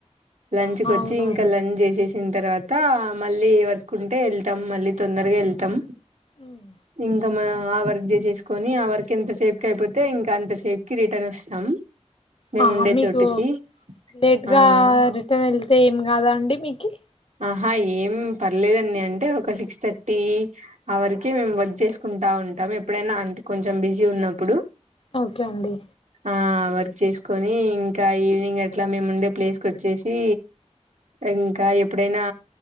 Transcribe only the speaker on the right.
లంచ్
కి వచ్చి
ఇంకా
లంచ్ చేసేసి తిన తర్వాత మళ్ళీ వర్క్ ఉంటే వెళ్తాం మళ్ళీ తొందరగా వెళ్తాం
ఇంకా మా ఆ వర్క్ చేసేసుకొని ఆ వర్క్ ఎంత సేపు క్ అయిపోతే ఇంకా అంత సేప్ కి రిటర్న్ వస్తాం మేము
ఉండే
చోటుకి
ఆ
ఆహా ఏం పర్లేదండి అంటే ఒక సిక్స్ థర్టీ ఆ వరకే మేము వర్క్ చేసుకుంటాం ఉంటాం ఎప్పుడైనా అంటే కొంచెం బిజీ ఉన్నప్పుడు
ఆ వర్క్ చేసుకొని ఇంకా ఈవినింగ్ అట్లా మేము ఉండే ప్లేస్ కొచ్చేసి ఇంకా ఎ ప్పుడైనా